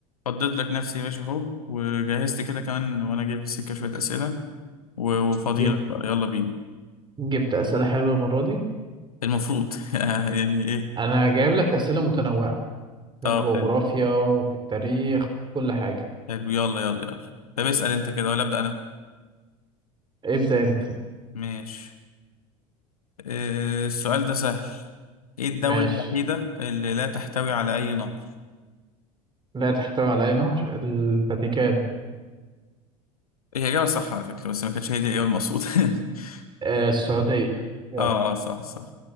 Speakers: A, on the left; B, on the right.
A: فضيت لك نفسي يا باشا اهو وجهزت كده كمان وانا جاي في السكه شويه اسئله و- وفضيلك
B: جبت
A: بقى يلا بينا
B: جبت أسئلة حلوة المرة دي
A: المفروض <laughs> يعني ايه
B: أنا جايب لك أسئلة متنوعة
A: طب
B: في الجغرافيا
A: حلو
B: وفي التاريخ في كل حاجة
A: حلو يلا يلا يلا طب اسال انت كده ولا ابدا انا
B: ابدأ أنت
A: ماشي آه، السؤال ده سهل ايه الدوله
B: ماشي
A: الوحيده اللي لا تحتوي على اي نهر
B: لا تحتوي على أي نهر الفاتيكان
A: هي اجابه صح على فكره بس ما كانتش هي دي الاجابه المقصوده <laughs>
B: آه السعودية يلا
A: اه اه صح صح